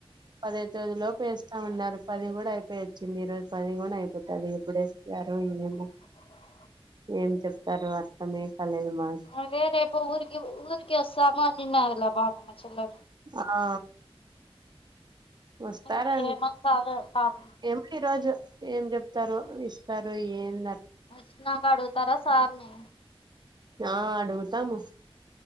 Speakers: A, on the right; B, on the left.
A: పదో తేదీ లోపు ఎస్తామన్నారు పది కూడా అయిపోయి వచ్చింది ఈరోజు పది కూడా అయిపోతుంది ఎప్పుడు ఏస్ తారో ఏమో
B: <inaudible>
A: ఏం చెప్తారు అర్థమే కాలేదు మా
B: అదే రేపు ఊరికి ఊరికి వస్తాము అనిన్నారు <unintelligible> మా చెల్లోలు
A: ఆ వస్తారం
B: ఇంక ఏమొస్తాదో పాపం
A: ఏమో ఈ రోజు ఏం చెప్తారో ఇస్తారో ఏంద్
B: వచ్చినాక అడుగుతారా సార్ని
A: ఆ అడుగుతాము